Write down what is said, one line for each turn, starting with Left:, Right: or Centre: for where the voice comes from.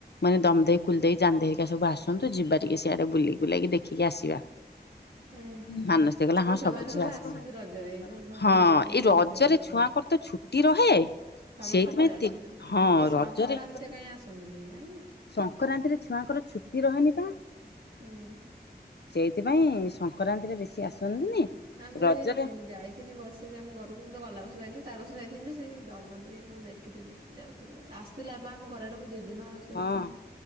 Left: ମାନେ ଦମ ଦେଇ, କୁଲ ଦେଇ, ଯାନ୍ଦେଇକା ସବୁ ଆସଛନ୍ତି। ଯିବା ଟିକେ ସିଆଡେ ବୁଲି ବୁଲାଇକି ଦେଖିକି ଆସିବା।
Right: ହୁଁ ହୁଁ
Left: ମାନସି କହିଲା
Right: ଓ
Left: ହଁ ସବୁ
Right: ସେମାନେ
Left: ଝିଅ ଆସିବେ।
Right: ଆସନ୍ତି ରଜରେ ଏଇ ଯୋଉ ଦକୁଲ
Left: ହଁ ଏଇ
Right: ଦେଇ ଦଣ୍ଡି
Left: ରଜରେ
Right: ହେରିକା
Left: ଛୁଆଙ୍କର ତ ଛୁ ଟି ରହେ।
Right: ସମସ୍ତେ
Left: ସେଇଥିପାଇଁ
Right: ପଳେଇ
Left: ତୀର୍ଥ
Right: ଆସନ୍ତି।
Left: ହଁ
Right: ଏଇ ସଂକ୍ରାନ୍ତିରେ
Left: ରଜରେ
Right: କାହିଁ ଆସନ୍ତିନି ନା କି
Left: ସଂକରାନ୍ତିରେ ଛୁଆଙ୍କର ଛୁଟି ରହେନି ପା
Right: ହୁଁ।
Left: ସେଇଥିପାଇଁ ସଂକରାନ୍ତିରେ ବେଶୀ ଆସନ୍ତିନି।
Right: ନା ମୁଁ
Left: ରଜରେ
Right: ଏଇ ଉଁ ଯାଇଥିଲି ବର୍ଷ ସେ ଯେ ଆମ ଘରକୁ ମୁଁ ତ ଗଲା ର୍ବଷ ଯାଇନି ତା ଆର ବର୍ଷ ଯାଇଥିଲି ଯେ ସେଇ ଦମ ଦେଇ ଆ ମୁଁ ଦେଖିଥିନି ଯାଉଥିଲେ ଆସ ଥିଲା ହେବା ଆମ ଘରଆଡୁ ମୋ ଜେଜେମା ସେଇ
Left: ହଁ
Right: ବର୍ଷ